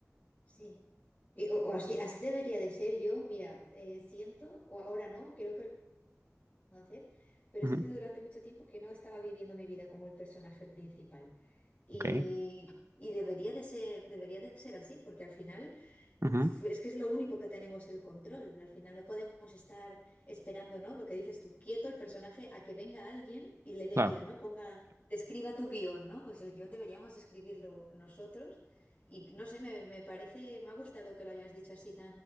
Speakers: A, on the left; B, on the right.
A: Sí. Y- O, o así, así debería de ser yo, mira, eh, siento, o ahora no, creo que hacer, pero
B: Ujú,
A: he sentido durante mucho tiempo que no estaba viviendo mi vida como el personaje principal. Y,
B: Ok.
A: y debería de ser, debería de ser así, porque al final uf,
B: ujú,
A: es que es lo único que tenemos el control. Al final no podemos estar esperando, ¿no? Lo que dices tú, quieto el personaje a que venga alguien y le dé
B: Claro.
A: vida, ¿no? Ponga, te escriba tu guión, ¿no? Pues el guión deberíamos escribirlo nosotros. Y no sé, me, me parece, me ha gustado que lo hayas dicho así